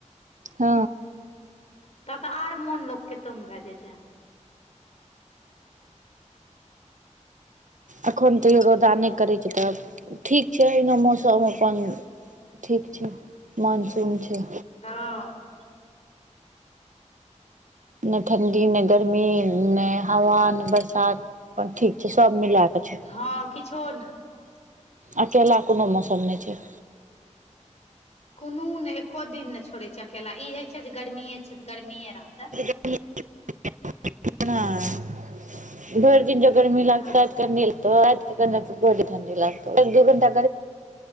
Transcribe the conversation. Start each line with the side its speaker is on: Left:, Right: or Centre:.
Right: हँ।
Left: त तऽ आर मोन लोकके तंग भ जाइ छै।
Right: अखन तैयो रौदा नहि करे छै तब ठीक छै एहने मौसम त अइ मे अपन ठीक छै मानसून छै।
Left: हँ।
Right: ने ठण्डी ने गर्मी ने हवा ने बरसात अपन ठीक छै सब मिला क छै।
Left: हँ किछो ने।
Right: अकेला कोनो मौसम नहि छै।
Left: कोनो ने एको दिन ने छोड़ै छै अकेला ई है छै जे गर्मीे छै तऽ गर्मीेये रहते।
Right: <inaudible> भरि दिन जे गर्मी लागते
Left: हँ
Right: रायतऽ क नय लगतय। बड़ी ठण्डी लागतौ दू घंटा